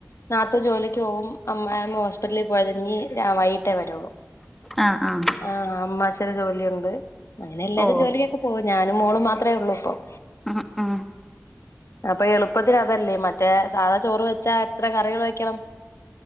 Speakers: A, on the left; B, in the centre.
A: നാത്തും ജോലിക്ക് പോവും അമ്മ അമ്മ ഹോസ്പിറ്റലിൽ പോയത്തിഞ്ഞ് വൈകട്ടേ വരുകയുള്ളൂ
B: ആഹ് ആഹ
A: ആഹ് അ്ച്ചഛന ജോലിയുണ്ട് അങ്ങനെ എല്ലാരും
B: ഓ
A: ജോലിക്കൊക്കെ പോവും ഞാനും മോളും മാത്രമേ ഉള്ളൂ ഇപ്പം
B: ആഹ് ആഹ്
A: അപ്പൊ എളുപ്പത്തിന് അതല്ലേ മറ്റേ സാധാ ചോറ് വെച്ചാ എത്ര കറികൾ വെക്കണം